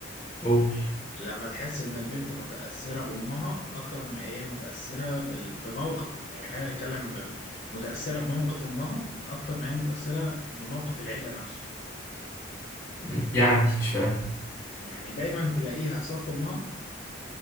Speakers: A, on the left; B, on the left.
A: أوه
B: لما تحس ان البنت متاثره بامها اكتر ما هي متاثره بال... بموقف يعني خلينا نتكلم بال... متاثره بموقف امها اكتر ما هي متاثره بموقف العيله نفسه
A: مم. يعني مش فاهم
B: يعني دايما تلاقيها في صف امها